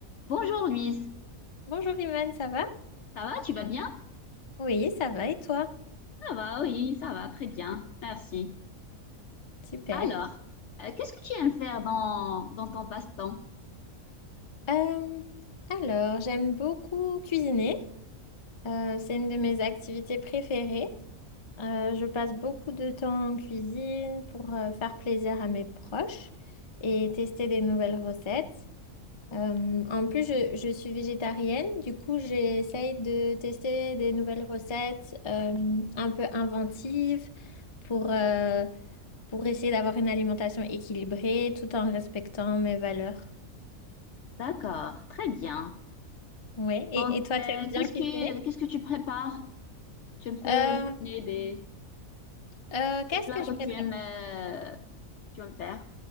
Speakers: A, on the left; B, on the left.
A: Bonjour Louise,
B: Bonjour Imane, ça va?
A: ça va, tu vas bien?
B: Oui, ça va et toi?
A: Ça va, oui, ça va, très bien, merci.
B: Super.
A: Alors, euh, qu'est-ce que tu aimes faire dans, dans ton passe-temps?
B: Euh, alors, j'aime beaucoup cuisiner. Euh, c'est une de mes activités préférées. Euh, je passe beaucoup de temps en cuisine pour euh, faire plaisir à mes proches et tester des nouvelles recettes. Euh, en plus, je, je suis végétarienne, du coup, j'essaye de tester des nouvelles recettes euh, un peu inventives pour, euh, pour essayer d'avoir une alimentation équilibrée tout en respectant mes valeurs.
A: D'accord, très bien.
B: Ouais. Et,
A: Donc,
B: et toi,
A: euh,
B: tu aimes bien
A: qu'est-ce
B: cuisiner?
A: que, qu'est-ce que tu prépares? Tu peux
B: Euh,
A: me donner des,
B: euh, qu'est-ce
A: des plats
B: que je
A: que
B: prépare?
A: tu aimes, euh, que tu aimes faire?